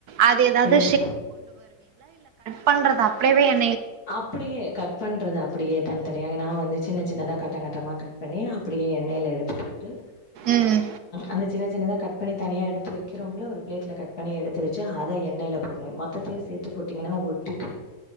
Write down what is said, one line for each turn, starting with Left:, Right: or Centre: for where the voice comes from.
Right: அது ஏதாவது
Left: எத்
Right: பண்றத அப்டியேவே எண்
Left: அப்டியே கட் பண்றது அப்டியே தனித்தனியாக நா வந்து சின்ன சின்னதாக கட்டம்ங்கட்டமாக கட் பண்ணி அப்படியே எண்ணெயில எடுத்து போட் டு
Right: ம்.
Left: அந்த சின்ன சின்னதா கட் பண்ணி தனியா எடுத்து வைக்ரோம்ல ஒரு பிளேட்ல கட் பண்ணி எடுத்து வச்சு அதை எண்ணெயல போடணும் மொத்தையும் சேர்த்து போட்டீங்கன்னா ஒட்டிக்கும்